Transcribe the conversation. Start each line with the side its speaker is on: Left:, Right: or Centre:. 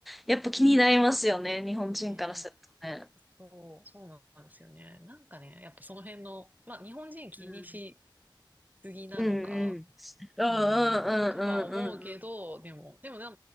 Centre: やっぱ気になりますよね。日本人からするとね。
Right: うね。そう、そうなんですよね。なんかね、やっぱその辺の、まあ日本人気にし
Centre: うん。
Right: すぎなのか、
Centre: うんうんうんうんうんうんうん
Right: うん、とは思うけど、でも、でもな、